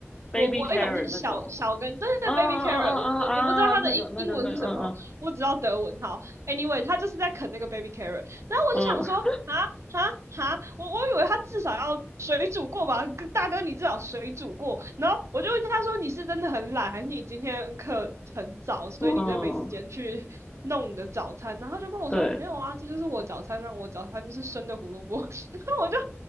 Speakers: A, on the left (about 15°); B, on the right (about 75°).
A: baby
B: 胡萝卜，
A: carrot
B: 一种是小小根，
A: 那种，
B: 对对对，baby
A: 啊啊啊啊啊，
B: carrot，我我我不知道它的英英文是什么，
A: 那个那个那个，嗯
B: 我只知道德文。好，anyway，它就是在啃那个 baby carrot。然后我就想说，
A: 嗯
B: 啊啊啊！我我以为他至少要水煮过吧，大哥你至少水煮过。然后我就问他说，你是真的很懒，还是你今天课很早，所以你真的没时间去弄你的早餐？
A: 嗯嗯，
B: 然后他就跟我说，
A: 对，
B: 没有啊，这就是我早餐那我早餐就是生的胡萝卜。<laughs> 然后我就。